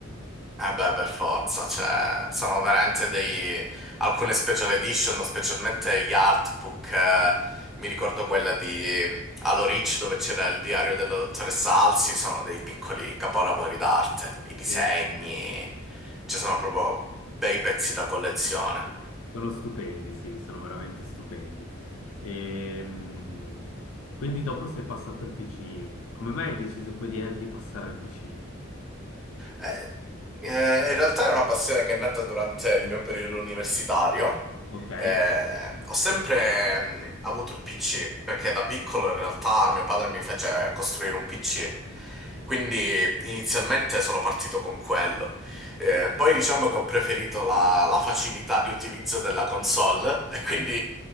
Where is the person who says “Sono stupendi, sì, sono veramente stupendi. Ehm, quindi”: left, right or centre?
Left